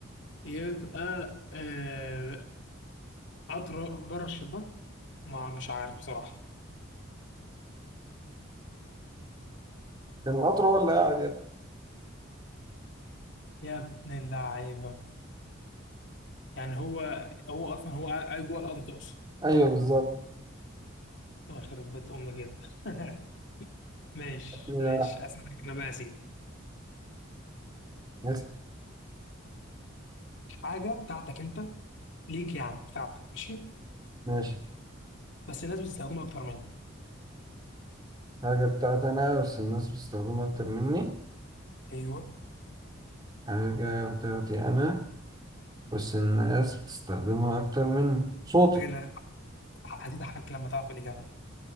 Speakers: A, on the left; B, on the right.
A: يبقى آه قطر بره الشباك ما مش عارف بصراحة
B: كان القطر هو اللي قاعد يبقى.
A: يا ابن اللعيبة يعني هو هو اصلا هو قاعد جوه القطر تقصد
B: ايوه بالظبط
A: يخرب بيت امك كده <laughs> ماشي
B: كده
A: ماشي اسالك انا بقى يا سيدي
B: واحد.
A: حاجة بتاعتك انت ليك يعني بتاعتك ماشي
B: ماشي
A: بس الناس بتستخدمها اكتر منك
B: حاجة بتاعتي انا بس الناس بتستخدمها اكتر مني
A: ايوه
B: حاجة بتاعتي انا بس الناس بتستخدمها اكتر مني صوتي
A: بجد هتضحك هتضحك لما تعرف الاجابة